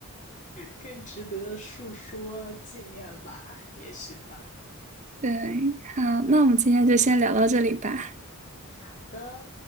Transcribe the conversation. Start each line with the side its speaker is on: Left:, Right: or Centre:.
Left: 更值得述说纪念吧，也许吧。
Right: <laughs> 对，好，那我们今天就先聊到这里吧。
Left: 好的，